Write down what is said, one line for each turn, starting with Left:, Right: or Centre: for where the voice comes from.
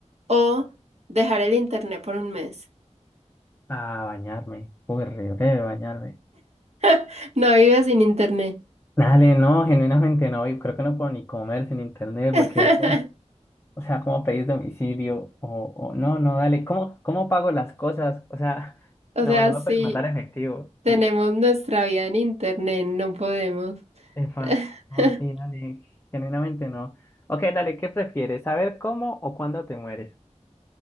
Right: o dejar el internet por un mes?
Left: A bañarme. Uy, re breve bañarme.
Right: <laughs> No vives sin internet.
Left: Dale, no, genuinamente no, y creo que no puedo ni comer sin internet,
Right: <laughs>
Left: porque dale. O sea, ¿cómo pedís domicilio? O, o no, no, dale, ¿cómo, cómo pago las cosas? O sea, <laughs>
Right: O
Left: no,
Right: sea,
Left: no
Right: sí.
Left: me puedes mandar efectivo.
Right: Tenemos
Left: Mm,
Right: nuestra vida en internet, no podemos.
Left: Epa,
Right: <laughs>
Left: no, sí, dale, genuinamente no. Ok, dale, ¿qué prefieres? ¿Saber cómo o cuándo te mueres?